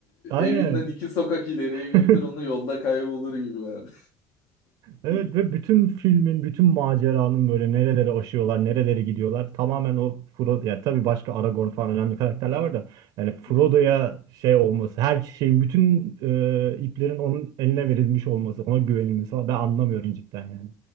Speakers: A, on the right; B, on the left.
A: <laughs> Aynen.
B: evinden iki sokak ileriye götür
A: <laughs>
B: onu yolda kaybolur gibi yani.
A: Evet
B: <laughs>
A: ve bütün filmin, bütün maceranın böyle nerelere aşıyorlar, nerelere gidiyorlar. Tamamen o Frodo, ya tabii başka Aragorn falan önemli karakterler
B: Evet
A: var da yani Frodo'ya
B: Hı.
A: şey olması, her şeyin, bütün e, iplerin onun eline verilmiş olması, ona güvenilmesi falan ben anlamıyorum cidden yani.